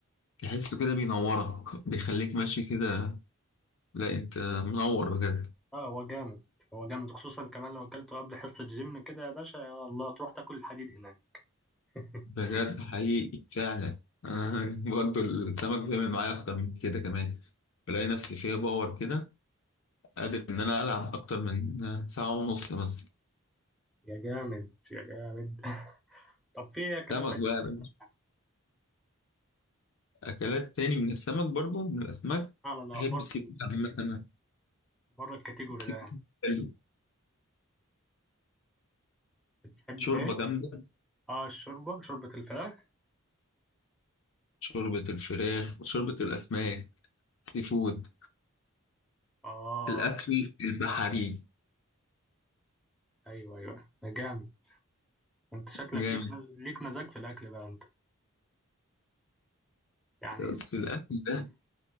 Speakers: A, on the left; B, in the centre.
A: تحسه كده بينورك بيخليك ماشي كده لا انت منور بجد
B: اه هو جامد هو جامد خصوصا كمان لو اكلته قبل حصة جيم كده يا باشا يا الله تروح تاكل الحديد هناك <laughs>
A: بجد حقيقي فعلا آه <laughs> برضو السمك بيعمل معايا اكتر من كده كمان بلاقي نفسي فيها باور كده قادر ان انا العب اكتر من آه، ساعة ونص مثلا
B: يا جامد يا جامد <laughs> طب في اكلات
A: سمك
B: تانية
A: بقى
B: بتحبها
A: يا باشا. اكلات تاني من السمك برضو من الاسماك
B: على
A: احب
B: بره
A: السيفود عامة أنا.
B: بره الكاتيجوري
A: السيفود
B: ده يعني
A: حلو
B: بتحب
A: شوربة
B: ليه؟
A: جامدة
B: اه الشوربة شوربة الفراخ
A: شوربة الفراخ وشوربة الاسماك السيفود
B: اه
A: الاكل البحري
B: ايوه ايوه ده جامد انت شكلك
A: جامد
B: ليك مز... ليك مزاج في الاكل بقى انت يعني
A: بس الاكل ده